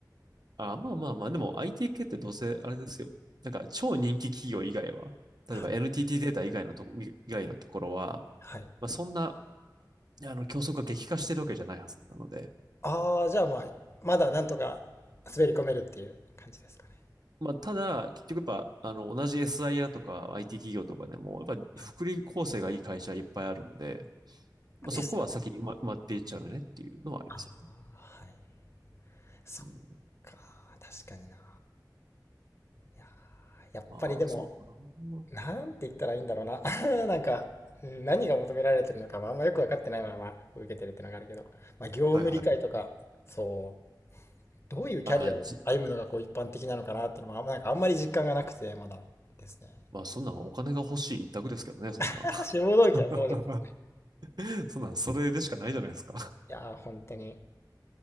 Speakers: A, on the right; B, on the left.
A: あ、まあまあまあ、でも IT 系ってどうせあれですよ。なんか超人気企業以外は、
B: <laughs> はい。
A: 例えば NTT データ以外のとこ、以外のところは、
B: はい。
A: まあそんな、あの、競争が激化してるわけじゃないはずなので、
B: ああ、じゃあまあ、まだなんとか滑り込めるっていう感じですかね。
A: まあただ、結局やっぱ、あの、同じ SIR とか IT 企業とかでも、やっぱ福利厚生がいい会社いっぱいあるんで、
B: はい。
A: まあそこは先に埋ま埋まっていっちゃうよねっていうのはありますよ。
B: ですよね。ああ、はい。そっ
A: うん。
B: か、確かにな。いやー、やっぱりでも、
A: まあ、そうかな。
B: なんて言ったらいいんだろうな。<laughs> なんか、うん何が求められてるのか、まあ、あんまよく分かってないままこう受けてるってのがあるけど、まあ、業務理解とか、
A: はいはい。
B: そう、どういうキャリアを歩むのがこう一般的なのかなってのも、
A: ああ、でもじ、
B: あんまなんかあんまり実感がなくて、まだですね。
A: まあ、そんなんお金が欲しい一択ですけどね、そんなん。
B: <laughs> 志望動機はそうです。
A: <laughs>
B: い
A: そんなん、それでしかないじゃないですか。<laughs>
B: やー、本当に。